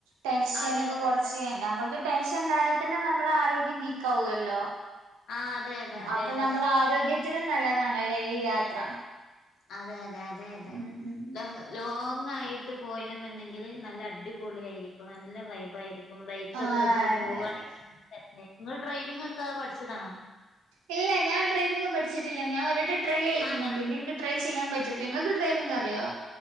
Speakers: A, on the right (about 85°); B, on the left (about 70°).
A: ടെൻഷന
B: അതെ
A: ഒക്കെ
B: അതെ
A: കുറച്ച് നമ്മുക്ക് ടെൻഷൻ ഉണ്ടായൽ തന്നെ നമ്മള ആരോഗ്യം വീക്ക ആകുവല്ലോ
B: ആ അതെ അതെ അതെ
A: അപ്പൊ
B: അതെ
A: നമ്മൾ ആരോഗ്യത്തിനും നല്ലതാണല്ലേ ഈ യാത്ര
B: അതെ അതെ അതെ അതെ
A: ഉം ഉം
B: ല ലോങ് ആയിട്ട് പോയിണെന്നുണ്ടെങ്കിൽ നല്ല അടിപൊളിയിരിക്കും നല്ല വൈബായിരിക്കും ഇപ്പം ബൈക്കൊക്കെ
A: ആഹ്
B: എടുത്ത് പോവുവാണ
A: അതെ അതെ
B: നിങ്ങൾ ഡ്രൈവിംഗ ഒക്കെ പഠിച്ചതാണോ
A: ഇല്ല ഞാൻ ഡ്രൈവിംഗ് പഠിച്ചിട്ടില്ല ഞാ ഒരട്ട ട്രൈ ആയിരുന്നു
B: ആ ഞാൻ
A: പിന്നെ ഇൻക്ക് ട്രൈ ചെയ്യൻ പറ്റട്ടില്ല നിങ്ങൾക്ക് ഡ്രൈവിംഗങ് അറിയോ